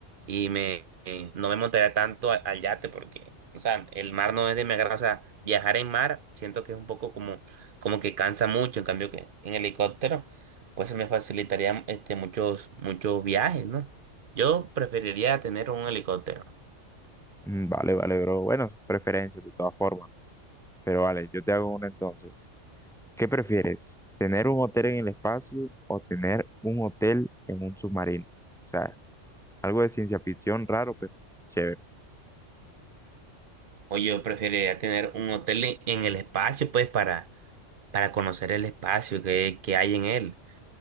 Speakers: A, on the right; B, in the centre.
A: y me, eh, no me montaría tanto a- al yate porque, o sea, el mar no es de mi agrado. O sea, viajar en mar siento que es un poco como, como que cansa mucho. En cambio que en helicóptero, pues se me facilitaría este, muchos, muchos viajes, ¿no? Yo preferiría tener un helicóptero.
B: Mm, vale, vale, bro. Bueno, son preferencias de todas formas. Pero vale, yo te hago una entonces. ¿Qué prefieres? ¿Tener un hotel en el espacio o tener un hotel en un submarino? O sea, algo de ciencia ficción raro, pero chévere.
A: O yo preferiría tener un hotel en en el espacio, pues, para, para conocer el espacio que, que hay en él.